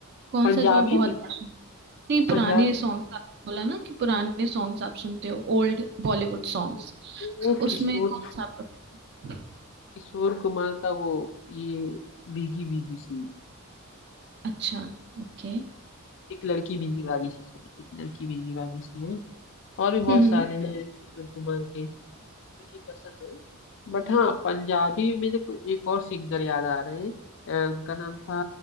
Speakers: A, on the right (about 50°); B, on the left (about 60°).
A: कौन
B: पंजाबी
A: सा जो आप बहुत
B: में
A: बार सुनते हो नहीं
B: पंजाबी
A: पुराने सॉन्ग्स
B: में
A: आप बोला ना कि पुराने सॉन्ग्स आप सुनते हो ओल्ड बॉलीवुड सॉन्ग्स
B: हाँ, वो
A: तो उसमें
B: किशोर
A: कौन सा आपका favorite?
B: किशोर कुमार का वो ये भीगी भीगी सी
A: अच्छा ओके
B: एक लड़की भीगी भागी सी सॉरी एक लड़की भीगी भागी सी है और भी बहुत
A: हम्म हम्म
B: सारे हैं किशोर कुमार के जो कि पसंद है बट हाँ पंजाबी में मेरे को एक और सिंगर याद आ रहे हैं अ, उनका नाम था